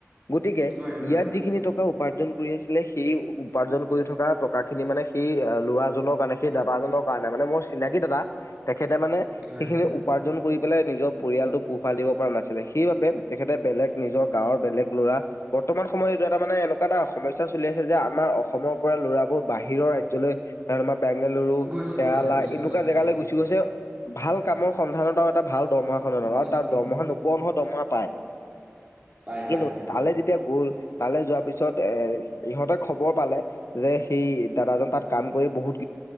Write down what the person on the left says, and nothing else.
গতিকে
ইয়াত যিখিনি টকা উপাৰ্জন কৰি আছিলে সেই উপাৰ্জন কৰি থকা টকা খিনি মানে, সেই ল'ৰাজনৰ কাৰণে, সেই দাদাজনৰ কাৰণে মানে মোৰ চিনাকি দাদা। তেখেতে মানে
সেইখিনি
উপাৰ্জন কৰি পেলাই নিজৰ পৰিয়ালটো পোহপাল দিব পৰা নাছিলে। সেইবাবে তেখেতে বেলেগ নিজৰ গাঁৱৰ বেলেগ ল'ৰা বৰ্তমান সময়ত এইটো এটা মানে এনেকুৱা এটা সমস্যা চলি আছে যে আমাৰ অসমৰ পৰা ল'ৰাবোৰ বাহিৰৰ ৰাজ্যলৈ আমাৰ বেংগালুৰু
কেৰালা
এনেকুৱা
জেগালৈ
গুচি গৈছে। ভাল কামৰ সন্ধানত আৰু এটা ভাল দৰমহা খনৰ এটা
আৰু তাৰ দৰমহা নোপোৱা নহয় দৰমহা পায়।
কিন্তু
তালৈ যেতিয়া গ'ল, তালৈ যোৱাৰ পিছত এ ইহঁতে খবৰ পালে যে সেই দাদাজন তাত কাম কৰি বহুত